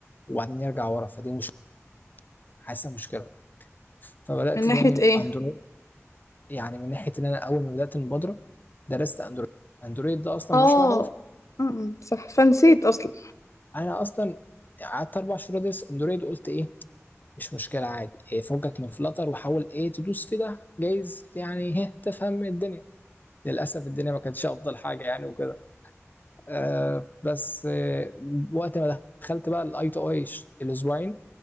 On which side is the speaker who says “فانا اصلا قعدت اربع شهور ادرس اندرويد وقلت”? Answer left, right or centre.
Left